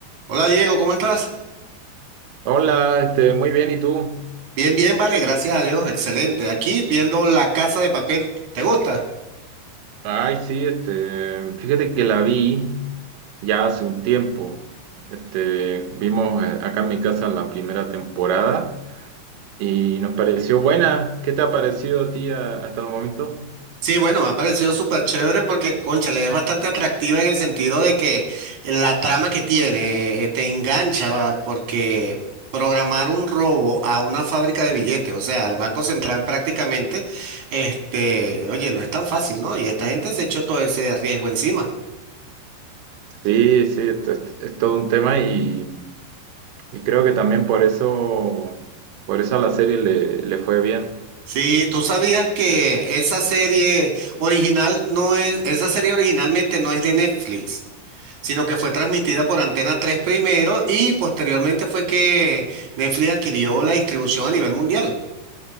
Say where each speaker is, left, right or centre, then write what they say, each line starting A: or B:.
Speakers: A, on the right; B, on the right.
A: Hola Diego, ¿cómo estás?
B: Hola, este, muy bien, ¿y tú?
A: Bien, bien, vale, gracias a Dios, excelente. Aquí viendo La Casa de Papel, ¿te gusta?
B: Ay, sí, este, fíjate que la vi ya hace un tiempo. Este, vimos eh, acá en mi casa la primera temporada y nos pareció buena. ¿Qué te ha parecido a ti a- hasta el momento?
A: Sí, bueno, me ha parecido súper chévere porque, cónchale, es bastante atractiva en el sentido de que la trama que tiene eh, te engancha, va, porque programar un robo a una fábrica de billetes, o sea, al Banco Central prácticamente, este, oye, no es tan fácil, ¿no? Y esta gente se echó todo ese riesgo encima.
B: Sí, sí, esto es, es todo un tema y, y creo que también por eso, por eso a la serie le, le fue bien.
A: Sí, tú sabías que esa serie original no es, esa serie originalmente no es de Netflix, sino que fue transmitida por Antena tres primero y posteriormente fue que Netflix adquirió la distribución a nivel mundial.